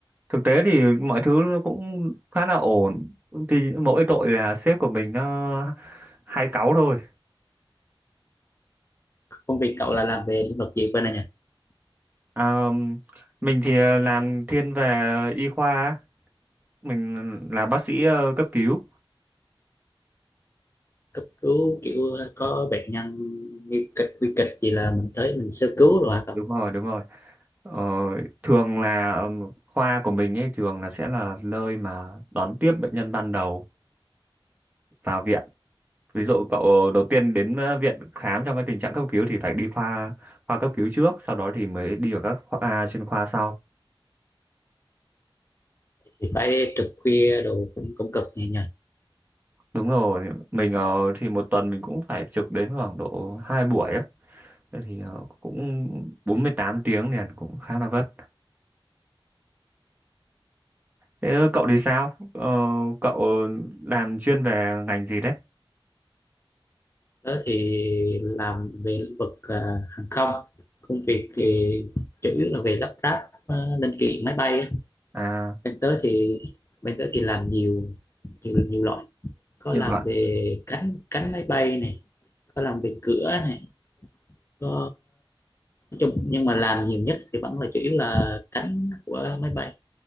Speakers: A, on the right (about 20°); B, on the left (about 30°).
A: thực tế thì mọi thứ nó cũng khá là ổn. Thì mỗi tội là sếp của mình nó hay cáu thôi.
B: Công việc cậu là làm về lĩnh vực gì bên này nhỉ?
A: À, mình thì ờ, làm thiên về y khoa, á. mình là bác sĩ ờ, cấp cứu.
B: Cấp cứu kiểu có bệnh nhân nguy kịch, nguy kịch gì là mình tới mình sơ cứu rồi hả cậu?
A: Đúng rồi, đúng rồi. Ờ, thường là ờ, khoa của mình ấy thường là sẽ là nơi mà đón tiếp bệnh nhân ban đầu vào viện ví dụ cậu đầu tiên đến ờ, viện khám trong cái tình trạng cấp cứu thì phải đi khoa khoa cấp cứu trước sau đó thì mới đi vào các khoa à, chuyên khoa sau
B: Thì phải trực khuya đồ cũng cũng cực nhỉ?
A: đúng rồi mình ờ, thì một tuần mình cũng phải trực đến khoảng độ hai buổi á Thế thì ờ, cũng 48 tiếng liền cũng khá là vất thế cậu thì sao Ờ, cậu làm chuyên về ngành gì đấy
B: Tớ thì làm về lĩnh vực à, hàng không. Công việc thì chủ yếu là về lắp ráp à, linh kiện máy bay. á.
A: à
B: Bên tớ thì bên tớ thì làm nhiều nhiều nhiều loại. Có
A: nhiều
B: làm
A: loại
B: về cánh cánh máy bay này, có làm về cửa này, có nói chung nhưng mà làm nhiều nhất thì vẫn là chủ yếu là cánh của máy bay.